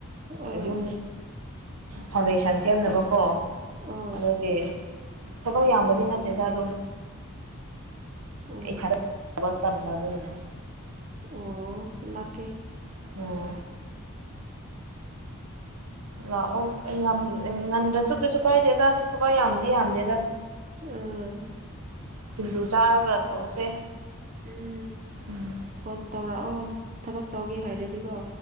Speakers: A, on the right (about 35°); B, on the right (about 85°).
A: ꯑꯥ
B: ꯌꯨꯝ ꯐꯥꯎꯟꯗꯦꯁꯟ ꯁꯦꯝꯅꯕꯀꯣ
A: ꯑꯣ
B: ꯑꯗꯨꯗꯤ ꯊꯕꯛ ꯌꯥꯝꯕꯗꯤ ꯅꯠꯇꯦꯗ ꯑꯗꯨꯝ
A: ꯑꯣ
B: ꯑꯩꯊꯟ ꯇꯟꯕ‌ ꯑꯗꯨꯅꯤꯅꯦ
A: ꯑꯣ ꯂꯥꯛꯀꯦ
B: ꯑꯣ ꯂꯥꯛꯑꯣ ꯀ ꯌꯥꯝ ꯉꯟꯗ꯭ꯔꯁꯨ ꯀꯩꯁꯨ ꯀꯥꯏꯗꯦꯗ ꯊꯕꯛ ꯌꯥꯝꯗꯤ ꯌꯥꯝꯗꯦꯗ
A: ꯎꯝ
B: ꯁꯤꯡꯖꯨ ꯆꯥꯔꯒ ꯇꯧꯁꯦ
A: ꯎꯝ
B: ꯎꯝ
A: ꯐꯣꯟ ꯇꯧꯔꯛꯑꯣ ꯊꯕꯛ ꯇꯧꯒꯦ ꯍꯥꯏꯔꯗꯤꯀꯣ